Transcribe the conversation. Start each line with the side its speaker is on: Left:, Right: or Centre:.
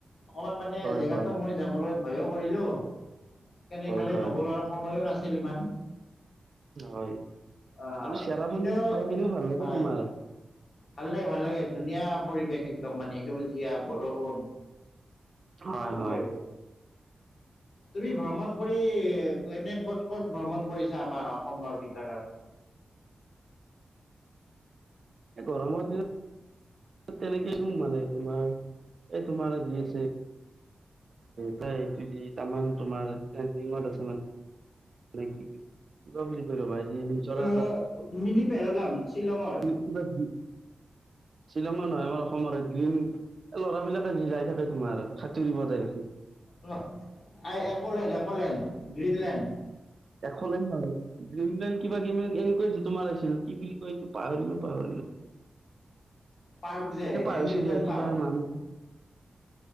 Left: অকমান মানে
Right: হয়
Left: জেগাতো
Right: হয়
Left: মই যাবলৈ ভয়ো কৰিলো। কেনে
Right: হয়
Left: ইফালে
Right: হয়
Left: নগলোৱাৰ সময়ো নাছিল ইমান।
Right: হয়।
Left: আহ
Right: চেৰাপুঞ্জীৰ
Left: কিন্তু
Right: চাই কিনেও ভাল লাগে
Left: হয়
Right: তোমাৰ।
Left: ভাল লাগে ভাল লাগে ধুনীয়া পৰিৱেশ একদম মানে সেউজীয়া বৰষুণ।
Right: হয়,
Left: ভাল
Right: হয়।
Left: পৰিৱেশ তুমি ভ্ৰমণ কৰি এনে ক'ত ক'ত ভ্ৰমণ কৰিছা আমাৰ অসমৰ ভিতৰত।
Right: <unintelligible> এ গৰমৰ দিনত তেনেকে দি মানে তোমাৰ এ তোমাৰ যি আছে। প্ৰায়িটামান তোমাৰ পেইডিংত আছে মানে। কি কি বুলি কয় ৰবা। যি নিজৰা
Left: অ মিনি পেহেলগাম। শ্বিলঙৰ
Right: উ <inaudible> শ্বিলংৰ নহয় আমাৰ অসমৰ গ্ৰীণ ল'ৰাবিলাকে যাই থাকে তোমাৰ খাতুৰিব তাই।
Left: তোমাৰ আ একলেণ্ড, একলেণ্ড, গ্ৰীনলেণ্ড।
Right: একলেণ্ড নহয়। গ্ৰীণলেণ্ড কিবা এনেকুৱা যিটো মাৰিছিল কি বুলি কয় এইটো পাহৰিলো পাহৰিলো। অ
Left: পাৰ্ক যে
Right: এনেকে পাহৰিছো
Left: এমিউজমেণ্ট
Right: দিয়া কিবা
Left: পাৰ্ক
Right: নাম আছে।